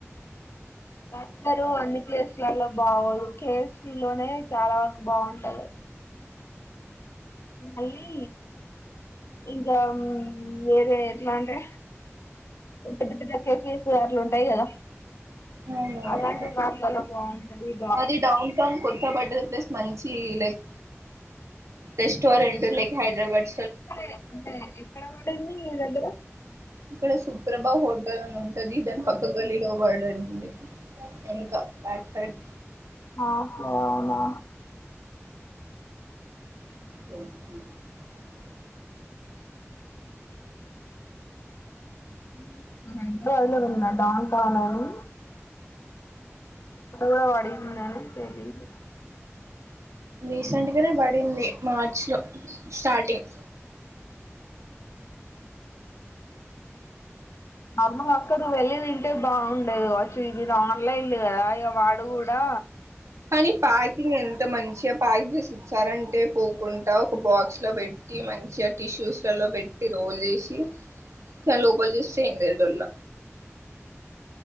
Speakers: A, on the left; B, on the right.
A: వత్తరు అన్ని ప్లేసులలో బాగోదు కేఎఫ్సీ లోనే చాలా వరకు బాగుంటది అది మళ్ళీ ఇంకా వేరే ఎట్లా అంటే పెద్ద పెద్ద డ్రగ్ కేసెస్ అట్లు ఉంటాయి కదా
B: అవునా
A: అలాంటి వాటిలలో బాగుంటది ఇ
B: అది డౌన్ టౌన్ కొత్త పడ్డ ప్లేస్ మంచి లైక్ రెస్టోరెంట్ లైక్ హైదరాబాద్
A: ఇక్కడే అంటే ఎక్కడ పడింది మీ దగ్గర
B: ఇక్కడ సుప్రభా హోటలన్ ఉంటది దాని పక్క గల్లిలో పడంది వెనుక బ్యాక్ సైడ్
A: ఆప్ లో అవునా
B: క
A: ఊహూ పొలేదన్ మాట పానాని త కూడా పడిందని తెలీదు
B: రీసెంట్గానే పడింది మార్చ్ లో స్టార్టింగ్
A: నార్మల్గా అక్కడ వెళ్ళి తింటే బావుండేది వచ్చి ఇదిది ఆన్లైన్ ఈలేదు గదా ఇగ వాడు గూడా
B: కానీ ప్యాకింగ్ ఎంత మంచిగా ప్యాక్ చేసి ఇచ్చారంటే పోకుంట ఒక బాక్స్ లో పెట్టి మంచిగా టిష్యూస్లలో పెట్టి రోల్ చేసి కాని లోపల చూస్తే ఏంది లేదు డొల్ల